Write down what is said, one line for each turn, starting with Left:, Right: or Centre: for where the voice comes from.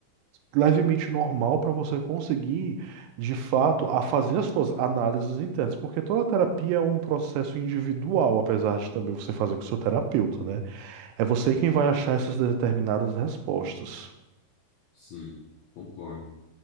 Right: levemente normal para você conseguir, de fato, a fazer as suas análises internas, porque toda terapia é um processo individual, apesar de também você fazer com o seu terapeuta, né? É você quem
Left: Sim,
Right: vai achar essas determinadas respostas.
Left: Sim, concordo.